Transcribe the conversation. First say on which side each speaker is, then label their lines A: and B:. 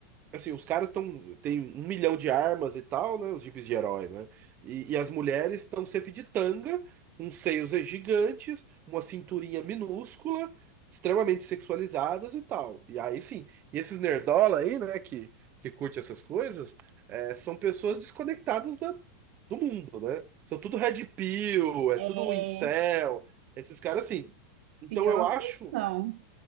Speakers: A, on the right; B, on the right.
A: Assim, os caras estão tem um milhão de armas e tal, né? Os jipes de herói, né? E, e as mulheres estão sempre de tanga, com seios gigantes, uma cinturinha minúscula, extremamente sexualizadas e tal. E aí sim, e esses nerdola aí, né, que, que curte essas coisas, é, são pessoas desconectadas da, do mundo, né? São tudo red pill, é
B: É,
A: tudo incel, esses caras assim. Então
B: pior
A: eu acho,
B: que são.